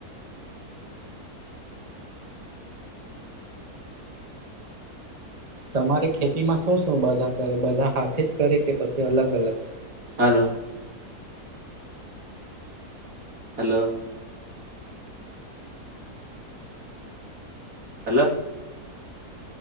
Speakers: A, on the right; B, on the right.
A: તમારે ખેતીમાં શું શ બધા કરે બધા હાથે જ કરે કે પછી અલગ અલગ?
B: હાલો. હેલો. હલો.